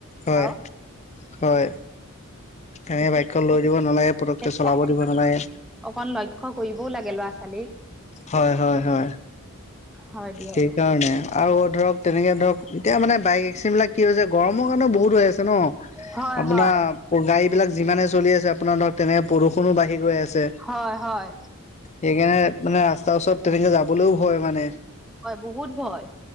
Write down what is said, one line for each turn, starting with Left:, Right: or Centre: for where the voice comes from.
Left: হয়,
Centre: আৰু
Left: হয়। এনে
Centre: এতিয়া
Left: বাইকখন লৈ দিব নালাগে, পতকে
Centre: সেইটো
Left: চলাব
Centre: কাৰণে
Left: দিব নালাগে।
Centre: অকন লক্ষ্য কৰিবও লাগে ল'ৰা-ছোৱালীক।
Left: হয়, হয়, হয়
Centre: হয় দিয়ক
Left: সেইকাৰণে। আৰু ধৰক, তেনেকে ধৰক এতিয়া মানে বাইক এক্সিমবিলাকেও যে গৰমৰ কাৰণেও বহুত হৈ আছে। ন
Centre: হয়
Left: আপোনাৰ
Centre: হয়
Left: গাড়ী বিলাক যিমানে চলি আছে, আপোনাৰ ধৰক তেনে প্ৰদূষণো বাঢ়ি গৈ আছে।
Centre: হয় হয়।
Left: সেইকাৰণে মানে ৰাস্তাৰ ওচৰত তেনেকে যাবলৈও ভয় মানে।
Centre: হয় বহুত ভয়।